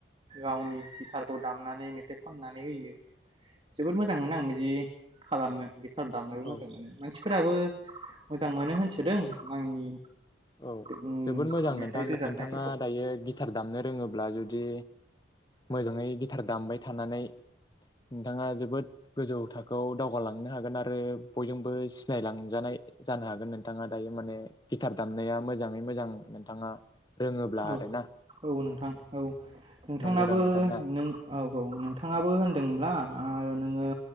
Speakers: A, on the right; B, on the left.
A: गावनि गिथारखौ दामनानै मेथाइ खननानै होयो। जोबोद मोजां मोनो आं बिदि खालामनो गिटार दामनोबो
B: औ
A: मोजां मोनो मानसि फोराबो मोजां मोनो होनसोदों आंनि
B: औ
A: उम
B: जोबोद मोजां
A: मेथाइ
B: नोंथां
A: रोजाबनायफोरखौ
B: नोंथाङा दायो गि टार दामनो रोङोब्ला जुदि मोजाङै गिटार दामबाय थानानै नोंथाङा जोबोद गोजौ थाखोआव दावगालांनो हागोन आरो बयजोंबो सिनायलांजानाय जानो हागोन नोंथाङा दायो माने गिटार दामनाया मोजाङै मोजां नोंथाङा रोङोब्ला
A: औ
B: आरोना
A: औ नोंथां औ नोंथांनाबो
B: नंगौ दा नोंथां ना
A: नों औ औ नोंथाङाबो होनदोंमोनब्ला ओ नोङो